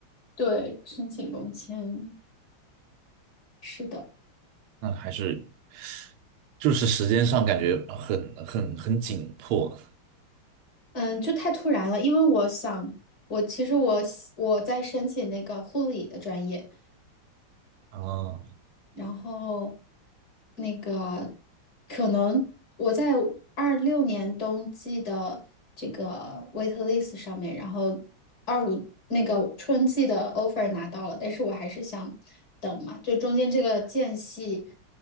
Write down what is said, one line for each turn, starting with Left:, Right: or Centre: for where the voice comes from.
Left: 对申请工签，是的。
Right: 那还是就是时间上感觉很很很紧迫
Left: 嗯，就太突然了，因为我想，我其实我喜我在申请那个护理的专业，
Right: 啊。
Left: 然后那个可能我在二六年冬季的这个 waitlist 上面，然后二五那个春季的 offer 拿到了，但是我还是想等嘛，就中间这个间隙，